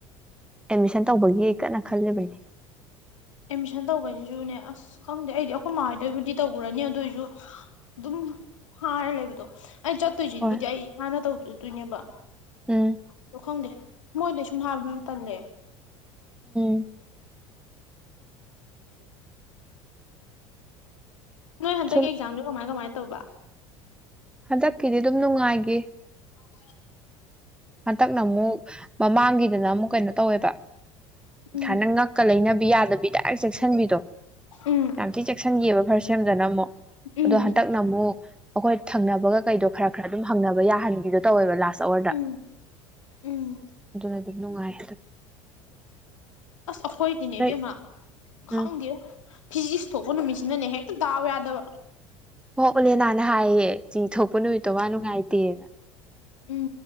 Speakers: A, in the centre; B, on the left.
A: ꯑꯦꯠꯃꯤꯁꯟ ꯇꯧꯕꯒꯤ ꯀꯟꯅ ꯈꯜꯂꯤꯕꯅꯦ
B: ꯑꯦꯗꯃꯤꯁꯟ ꯇꯧꯕꯩꯗꯨꯁꯨꯅꯦ ꯑꯁ ꯈꯪꯗꯦ ꯑꯩꯗꯤ ꯑꯩꯈꯣꯏ ꯃꯥꯉꯗꯣꯏꯕꯨꯗꯤ ꯇꯧꯔꯅꯤ ꯑꯗꯨ ꯑꯣꯏꯁꯨ ꯑꯗꯨꯝ ꯍꯥꯏꯔ ꯂꯩꯕꯗꯣ ꯑꯩ ꯆꯠꯇꯣꯏꯁꯤꯗꯤꯕꯨꯗꯤ
A: ꯍꯣꯏ
B: ꯑꯩ ꯏꯁꯥꯟꯅ ꯇꯧ ꯑꯗꯨꯅꯦꯕ
A: ꯎꯝ
B: ꯗꯣ ꯈꯡꯗꯦ ꯃꯣꯏꯗꯩ ꯁꯨꯝ ꯍꯥꯏꯕꯗꯨꯁꯨ ꯇꯜꯂꯦ
A: ꯎ
B: ꯅꯣꯏ ꯍꯟꯇꯛ
A: ꯁꯨꯝ
B: ꯑꯦꯛꯖꯥꯝꯁꯦ ꯀꯃꯥꯏ ꯀꯃꯥꯏ ꯇꯧꯕ
A: ꯍꯟꯗꯛꯀꯤꯗꯤ ꯑꯗꯨꯝ ꯅꯨꯡꯉꯥꯏꯈꯤ
B: <inaudible>
A: ꯍꯟꯗꯛꯅ ꯑꯃꯨꯛ ꯃꯃꯥꯡꯒꯤꯗꯅ ꯑꯃꯨꯛ ꯀꯩꯅꯣ ꯇꯧꯋꯦꯕ
B: ꯎꯝ
A: ꯊ ꯅꯪ ꯉꯛꯀ ꯂꯩꯅꯕꯤ ꯌꯥꯗ ꯕꯤꯗ ꯆꯦꯛꯁꯤꯟꯕꯤꯗꯣ
B: ꯎꯝ
A: ꯌꯥꯝ ꯊꯤ ꯆꯦꯛꯁꯤꯟꯈꯤ ꯑꯃ ꯐꯔꯁ ꯁꯦꯝꯗꯅ ꯑꯃꯨꯛ
B: ꯎꯝ
A: ꯑꯗꯣ ꯍꯟꯗꯛꯅ ꯑꯃꯨꯛ ꯑꯩꯈꯣꯏ ꯊꯪꯅꯕꯒ ꯀꯩꯗꯣ ꯈꯔ ꯈꯔ ꯑꯗꯨꯝ ꯍꯪꯅꯕ ꯌꯥ ꯍꯟꯒꯤꯗꯣ ꯇꯧꯋꯦꯕ ꯂꯥꯁ ꯑꯋꯥꯔꯗ
B: ꯎꯝ ꯎꯝ
A: ꯑꯗꯨ ꯅꯨꯡꯥꯏꯦ
B: ꯑꯁ ꯑꯩꯈꯣꯏꯗꯤꯅꯦ
A: ꯅꯣꯏ
B: ꯏꯕꯦꯝꯃ ꯈꯪꯗꯦ
A: ꯎꯝ
B: ꯐꯤꯖꯤꯛꯁ ꯊꯣꯛꯄ ꯅꯨꯃꯤꯠꯁꯤꯅꯅꯦ ꯍꯦꯛꯇ ꯗꯥꯎ ꯌꯥꯗꯕ
A: ꯑꯣ ꯑꯣꯂꯦꯅꯥꯅ ꯍꯥꯏꯌꯦ ꯌꯦ ꯆꯤꯡꯊꯣꯛꯄ ꯅꯨꯃꯤꯠꯇꯣ ꯃꯥ ꯅꯨꯡꯉꯥꯏꯇꯦꯅ
B: ꯎꯝ